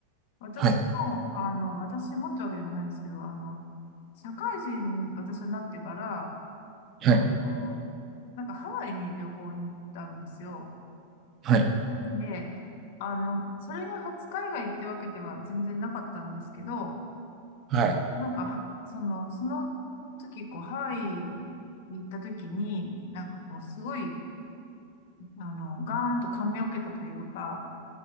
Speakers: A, on the left; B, on the right.
A: 私も、
B: はい。
A: あの、私もってわけでもないんですけど、あの、社会人に私はなってから、
B: はい。
A: あの、なんかハワイに旅行に行ったんですよ。
B: はい。
A: で、あの、それが初海外ってわけでは全然なかったんですけど、
B: はい。はい。
A: なんか、その、その時、こう、ハワイに行った時に、なんかこう、すごい、あの、ガーンと感銘を受けたというか、